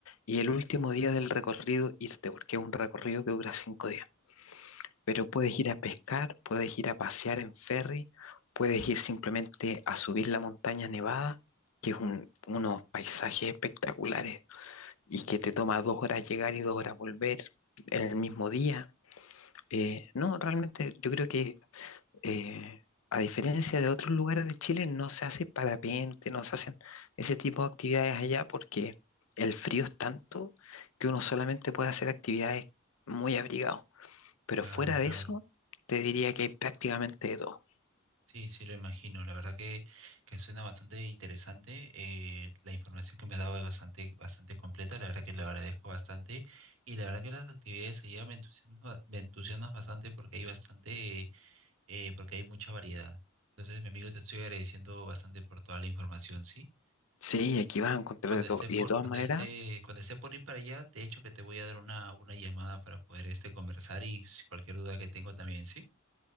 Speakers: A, on the left; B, on the right.
A: y el último día del recorrido irte, porque es un recorrido que dura cinco días. Pero puedes ir a pescar, puedes ir a pasear en ferry, puedes ir simplemente a subir la montaña nevada, que es un- unos paisajes espectaculares. y que te toma dos horas llegar y dos horas volver en el mismo día. Eh, no, realmente yo creo que eh, a diferencia de otros lugares de Chile no se hace parapente, no se hacen ese tipo de actividades allá porque el frío es tanto que uno solamente puede hacer actividades muy abrigado. Pero
B: Claro,
A: fuera
B: claro.
A: de eso, te diría que hay prácticamente de todo.
B: Sí, sí, lo imagino. La verdad que, que suena bastante interesante. eh, la información que me has dado es bastante, bastante completa. La verdad que le agradezco bastante. Y la verdad que las actividades allá me entusiasman, me entusiasman bastante porque hay bastante eh, porque hay mucha variedad. Entonces, mi amigo, te estoy agradeciendo bastante por toda la información, ¿sí?
A: Sí, aquí vas a encontrar
B: Cuando
A: de todo.
B: esté
A: Y
B: por,
A: de todas
B: cuando
A: maneras,
B: esté, cuando esté por ir para allá, de hecho que te voy a dar una, una llamada para poder este conversar y si cualquier duda que tengo también, ¿sí?